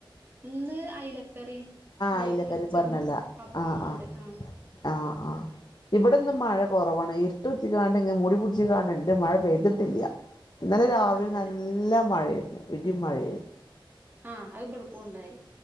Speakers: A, on the right; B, on the left.
A: ഇന്ന് അയലക്കറി അയ്ല
B: അയിലക്കറി
A: പൊരിച്ചതും
B: പറഞ്ഞല്ല
A: പപ്പടും
B: ആഹ്
A: ഉണ്ട്
B: ആഹ്
A: ആ
B: ആഹ് ആഹ് ഇവിടെന്ന് മഴ കുറവാണ് ഇർട്ടുട്ച്ച്കാണ്ട് ഇ മൂടി പിടിച്ചു കാണ്ട് മഴ പെയ്തിട്ടില്ല ഇന്നലെ രാവിലെ
A: അതെല്ലേ
B: നല്ല മഴയാരുന്നു ഇടിംമഴയും ആയിരുന്നു
A: ആഹ് അത് ഇവ്ടുക്കുംണ്ടായി